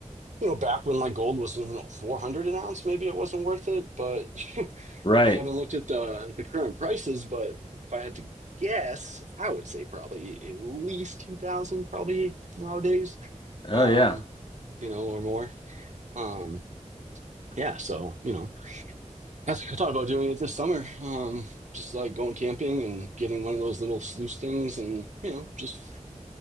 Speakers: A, on the right (about 70°); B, on the left (about 40°).
A: you know, back when like gold was, you know, 400 an ounce, maybe it wasn't worth it, but <laughs>
B: right
A: I haven't looked at the the current prices, but if I had to guess, I would say probably at least 2000 probably nowadays.
B: oh
A: Um,
B: yeah
A: you know, or more. Um, yeah, so, you know, I, I thought about doing it this summer. Um, just like going camping and getting one of those little sluice things and, you know, just